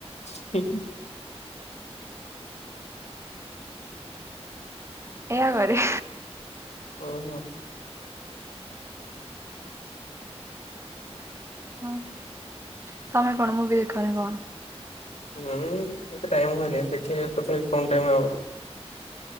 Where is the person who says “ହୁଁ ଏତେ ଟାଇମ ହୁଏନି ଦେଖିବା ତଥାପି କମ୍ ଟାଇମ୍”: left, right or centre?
Left